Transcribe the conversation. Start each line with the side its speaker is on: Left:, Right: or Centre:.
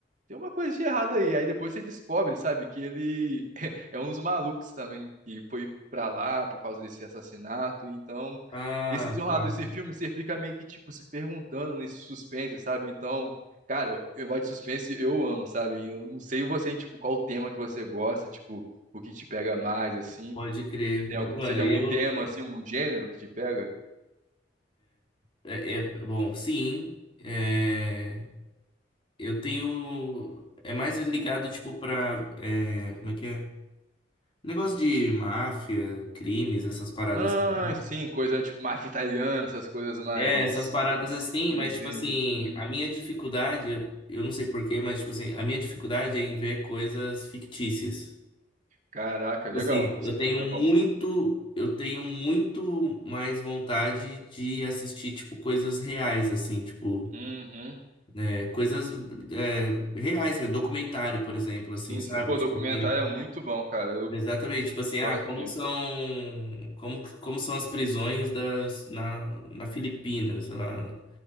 Right: tem uma coisa de errado aí. Aí depois você descobre, sabe, que ele <laughs> é um dos malucos também que foi pra lá por causa desse assassinato. Então,
Left: Ah,
Right: esse desenrolar
Left: tá.
Right: desse filme, você fica meio que, tipo, se perguntando nesse suspense, sabe? Então, cara, eu eu gosto de suspense, eu amo, sabe? Eu não sei você, tipo, qual o tema que você gosta, tipo, o que te pega mais, assim.
Left: Pode crer.
Right: Você tem algum,
Left: Mano,
Right: você tem
Left: eu,
Right: algum tema, assim, algum gênero que te pega?
Left: É, é- bom, sim. é, eu tenho. É mais ligado, tipo, pra. é, como é que é? Negócio de máfia, crimes, essas paradas.
Right: Ah,
Left: assim. né?
Right: sim, coisa tipo máfia italiana, essas coisas mais.
Left: É, essas paradas
Right: Sim,
Left: assim, mas,
Right: sim.
Left: tipo assim,
Right: Uhum.
Left: a minha dificuldade, eu eu não sei porquê, mas, tipo assim, a minha dificuldade é em ver coisas fictícias.
Right: Caraca, legal.
Left: Tipo Assim,
Right: Esse
Left: eu tenho
Right: tema
Left: muito.
Right: é bom.
Left: Eu tenho muito mais vontade de assistir, tipo, coisas reais, assim, tipo.
Right: Uhum.
Left: É, coisas é, reais, mesmo, documentário, por exemplo, assim,
Right: Sim,
Left: sabe?
Right: sim. Pô,
Left: Tipo
Right: documentário
Left: assim,
Right: é muito bom, cara. Eu
Left: exatamente, tipo assim, ah,
Right: gosto
Left: como
Right: muito.
Left: são, como, como são as prisões das, na, na Filipinas, sei lá,